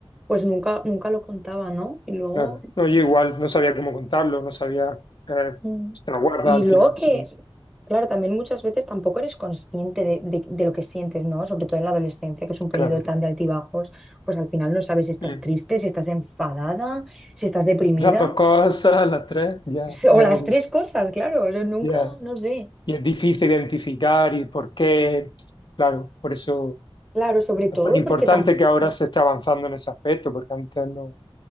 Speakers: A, in the centre; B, on the left.
A: pues nunca, nunca lo contaba, ¿no? Y luego...
B: Claro. No, yo igual no sabía cómo contarlo, no sabía. eh,
A: Mm.
B: si te lo guarda
A: Y
B: al
A: luego
B: final,
A: que,
B: sí,
A: claro, también muchas veces tampoco eres consciente de, de- de lo que sientes, ¿no? Sobre todo en la adolescencia, que es un periodo
B: claro.
A: tan de altibajos, pues al final no sabes si estás
B: Mm.
A: triste, si estás enfadada, si estás deprimida,
B: Las dos cosas, las tres,
A: <laughs>
B: ya.
A: si- o
B: eh,
A: las tres cosas, claro, yo nunca,
B: ya.
A: no sé.
B: Y es difícil identificar y por qué. Claro, por eso
A: Claro, sobre todo
B: es tan importante
A: porque tampoco.
B: que ahora se esté avanzando en ese aspecto, porque antes no,